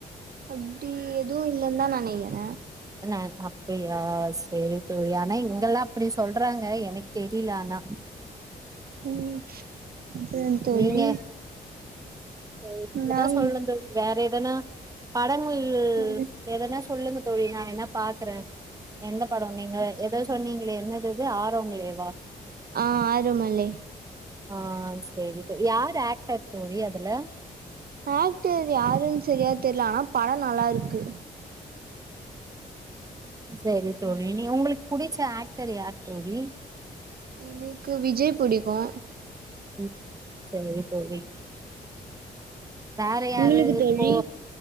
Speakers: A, on the right; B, on the right.
A: அப்டி எது இல் லன்தா நெனைக்கிற
B: என்ன அப்படியா செரி தோழி ஆனா இங்கெல்லா அப்படி சொல்றாங்க எனக்கு தெரில ஆனா
A: ம் லிசன் தோழி
B: நீங்க தோழி நீங்கதா
A: நாங்
B: சொல்ணு தோழி வேற எதனா படங்கள்
A: வேற
B: எதனா சொல்லுங்க தோழி நா வேனா பாக்கற எந்த பட நீங்க எதோ சொன்னிங்களே என்னது அது ஆரோமலே வா
A: ஆ ஆரோமலே
B: ஆ செரி தோ யார் ஆக்டர் தோழி அதுல
A: ஆக்ட்டர் யாருன் செரியா தெர்ல அனா படோ நல்லா இருக்கு
B: செரி தோழி நீ உங்களுக்கு புடிச்ச ஆக்ட்டர் யார் தோழி
A: எனக்கு விஜய் புடிக்கு
B: ம் சேரி தோழி வேற யாரு
A: உங்களுக்கு
B: இப்போ
A: தோழி